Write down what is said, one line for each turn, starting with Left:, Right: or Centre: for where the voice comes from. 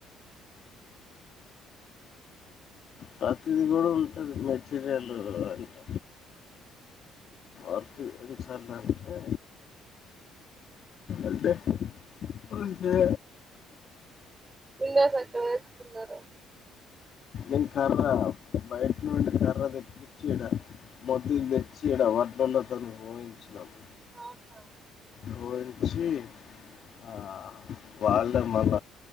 Left: ప్రతిది కూడా ఉంటుంది మెటీరియల్ అంటే ఆకు ఎన్నిసార్లంటే అంటే అంతే
Right: మిన్నస్ అక్కడ వస్తున్నారు
Left: ఉ సర్రా బయట నున్ కర్ర తెప్పించే మొద్దులు తెచ్చేడ వడ్డలతో కోయించినాము
Right: ఆహ
Left: లోంచి ఆ వాళ్ళే మళ్ళ